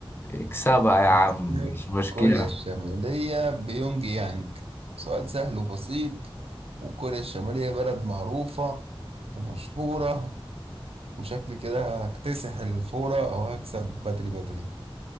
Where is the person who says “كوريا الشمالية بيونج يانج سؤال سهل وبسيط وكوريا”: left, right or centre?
Right